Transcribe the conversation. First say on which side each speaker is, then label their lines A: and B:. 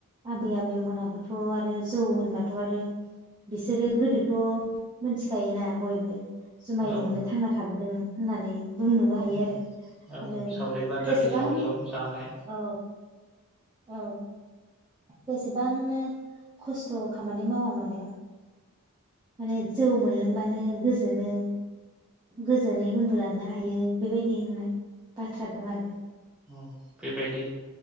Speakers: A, on the right (about 20°); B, in the centre.
A: आबै आबैमोनाबोथ' आरो जौ होनबाथ' आरो बिसोरो गोदोथ' मोन्थिखायोना बयबो जुमायजों
B: औ
A: नो थांना थाबोद दों होननानै बुंनोबो हायो
B: उम
A: आरो
B: औ
A: आरो
B: सावरि बादालि
A: जेसेबां
B: ज' ज' जानाय
A: औ औ जेसेबांनो खस्थ' खामानि मावा मानो माने जौ मोनलोंबानो गोजोनो गोजोनै उन्दुलांनो हायो बेबायदि होननाय बाथ्रा दं आरो
B: अ बेबायदि